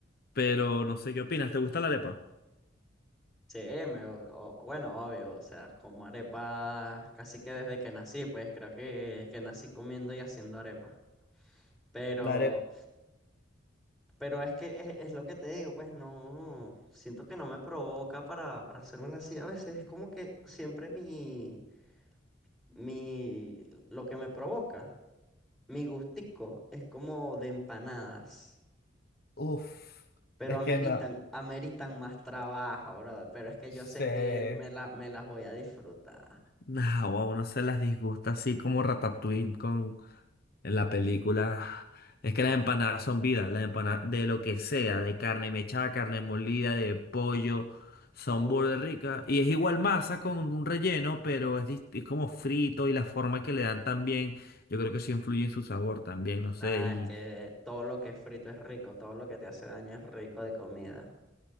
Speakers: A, on the left (about 55°); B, in the centre.
A: pero no sé qué opinas. ¿Te gusta la arepa?
B: Sí, me, o- o- bueno, obvio. O sea, como arepa casi que desde que nací, pues creo que, que nací comiendo y haciendo arepa. Pero,
A: La arepa.
B: pero es que es, es lo que te digo, pues no, siento que no me provoca para, para hacérmela así. A veces es como que siempre mi... Mi, lo que me provoca, mi gustico, es como de empanadas,
A: Uf,
B: pero
A: es
B: ameritan,
A: que no
B: ameritan más trabajo, brother. Pero es que
A: sé.
B: yo sé que me la, me las voy a disfrutar.
A: Nah, a uno se las disgusta así como Ratatouille con en la película. Es que las empanadas son vidas, las empanadas de lo que sea, de carne mechada, carne molida, de pollo, son
B: O-
A: burda ricas. Y es igual masa con un relleno, pero es, dist- es como frito y la forma que le dan también, yo creo que sí influye en su sabor también, no sé,
B: Ah,
A: y...
B: es que todo lo que es frito es rico, todo lo que te hace daño es rico de comida.